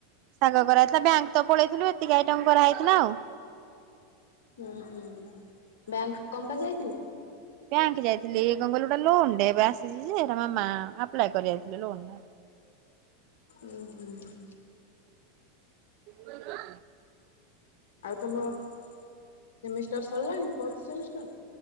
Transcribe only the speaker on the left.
ହୁଁ, ହୁଁ ବ୍ୟାଙ୍କ୍ କଣ ପାଇଁ ଯାଇଥିଲେ?
ଉଁ, ହୁଁ।
ଆଉ ତୋମ ସେମିଷ୍ଟର ସରିଲାଣି ଫର୍ଥ ସେମିଷ୍ଟାର?